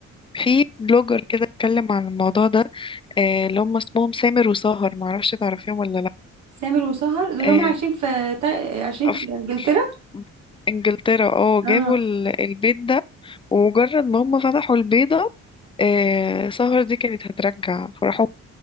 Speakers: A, on the left; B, on the right.
A: في بلوجر كده اتكلم عن الموضوع ده آه، اللي هم اسمهم سامر وسهر معرفش تعرفيهم ولا لا
B: سامر وسهر دول
A: آه،
B: هما عايشين في تا... عايشين
A: ف-
B: في انجلترا
A: ف- انجلترا اه جابوا
B: اه
A: ال- البيت ده ومجرد ما هم فتحوا البيضة آه، سهر دي كانت هترجع فراحوا